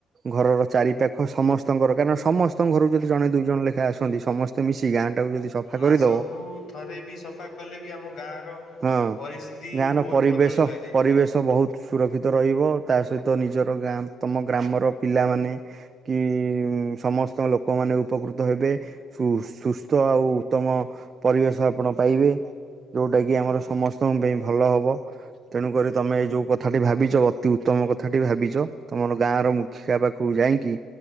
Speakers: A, on the right; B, on the left.
A: ଘରର ଚାରି ପାଖ ସମସ୍ତ ଙ୍କର କାରଣ ସମସ୍ତଙ୍କ ଘରୁ ଯଦି ଜଣେ ଦୁଇ ଜଣ ଲେଖା ଆସନ୍ତି ସମସ୍ତେ ମିଶି ଗାଁ ତାକୁ ଯଦି ସଫା କରିଦବ
B: ମାସକୁ ଥରେ ବି ସଫା କଲେ ବି ଆମ ଗାଁର
A: ହଁ
B: ପରିସ୍ଥିତି
A: ଗାଁ ର
B: ବହୁତ
A: ପରିବେଶ
B: ବଦଳିପାରେ।
A: ପରିବେଶ୍ ବହୁତ୍ ସୁରକ୍ଷିତ ରହିବ ତା ସହିତ ନିଜର ଗାଁ-ତମ ଗ୍ରାମର ପିଲାମାନେ କି ସମସ୍ତ ଲୋକମାନେ ଉପକୃତ ହେବେ ସୁ ସୁସ୍ଥ ଆଉ ଉତ୍ତମ ପରିବେଶ ଆପଣ ପାଇବେ। ଯୋଉଟା କିି ଆମର ସମସ୍ତଙ୍କ ପାଇଁ ଭଲ ହବ। ତେଣୁକରି ତମେ ଏଇ ଯୋଉ କଥାଟି ଭାବିଚି ଅତି ଉତ୍ତମ କଥାଟି ଭାବିଚ। ତମର ଗାଁ ର ମୁଖିଆ ପାଖକୁ ଯାଇଙ୍କି